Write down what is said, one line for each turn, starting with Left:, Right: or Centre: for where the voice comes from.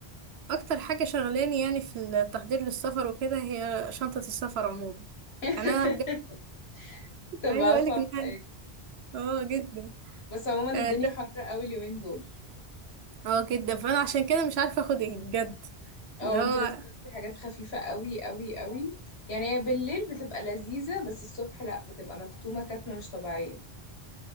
Right: أكتر حاجة شغلاني يعني في التحضير للسفر وكده هي شنطة السفر عموما
Left: <laughs>
Right: يعني أنا بجد
Left: تبقى
Right: عايزة أقولك
Left: اصعب
Right: إن
Left: حاجة
Right: أنا- اه جدا
Left: بس عموما
Right: اه
Left: الدنيا حر قوي اليومين دول
Right: آه، جدا فأنا عشان كده مش عارفة أخد إيه بجد
Left: اه
Right: اللي هو
Left: انت لازم تاخدي حاجات خفيفة قوي قوي قوي يعني هي بالليل بتبقى لذيذة بس الصبح لا بتبقى مكتومة كتمة مش طبيعية